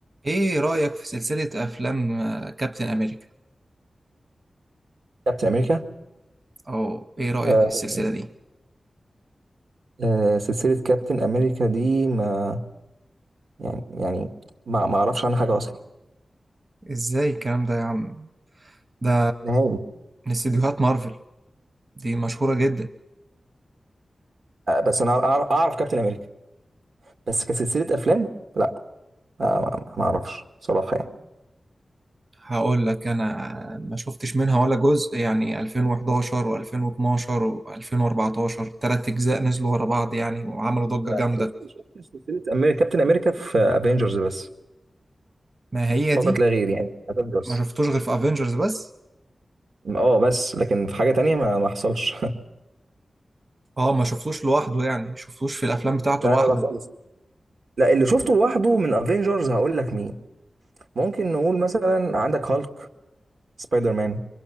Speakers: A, on the right; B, on the right.
A: ايه رأيك في سلسلة افلام آه، كابتن امريكا
B: كابتن امريكا
A: او ايه رأيك
B: آه
A: في السلسلة دي
B: آه سلسله كابتن امريكا دي ما يعني يعني ما ما اعرفش عنها حاجه اصلا
A: ازاي الكلام ده يا عم ده
B: نهائي
A: من استديوهات مارفل دي مشهورة جدا
B: آه بس انا اعرف أعرف كابتن امريكا بس كسلسله افلام لا آه ما ما اعرفش صراحه يعني
A: هقول لك انا ما شفتش منها ولا جزء يعني 2011 و2012 و2014 تلات اجزاء نزلوا ورا بعض يعني وعملوا ضجة جامدة
B: شفت شفت سلسله امريكا كابتن امريكا في افنجرز بس
A: ما هي
B: فقط
A: دي
B: لا غير يعني افنجرز
A: ما شفتوش غير في افنجرز بس
B: اه بس لكن في حاجه تانية ما ما حصلش
A: اه ما شفتوش لوحده يعني شفتوش في الافلام
B: <laughs>
A: بتاعته
B: لا
A: لوحده
B: لا لا خالص لا اللي شفته لوحده من افنجرز هقول لك مين ممكن نقول مثلا عندك هالك سبايدر مان